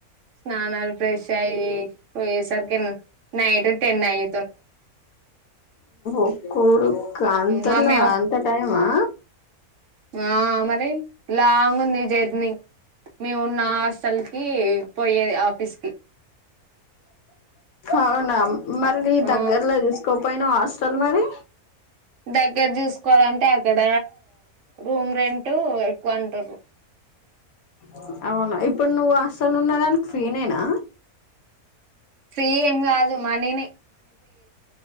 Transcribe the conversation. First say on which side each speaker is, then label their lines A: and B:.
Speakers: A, on the right (about 60°); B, on the left (about 70°).
A: స్నానాలు ఫ్రెష్ అయ్యి పోయేసరికి నైట్ టెన్ అయ
B: ఒక్కడు అంతలా
A: మమ్మీ
B: అంత మా
A: ఆ మరి లాంగ్ ఉంది జర్నీ మేమున్న హాస్టల్ కి పోయేది ఆఫీస్కి
B: అవున మరి
A: ఆ
B: దగ్గరలో తీసుకోకపోయినావ హాస్టల్ సల్ మరి
A: దగ్గర చూసుకోవాలంటే ఆక్కడ రూమ్ రెంట్ ఎక్కువ అన్ టరు
B: అ అవునా ఇప్పుడు నువ్వు హాస్టల్ ఉన్న గాని ప్రినే నా
A: ఫ్రీ ఏం గాదు మనినే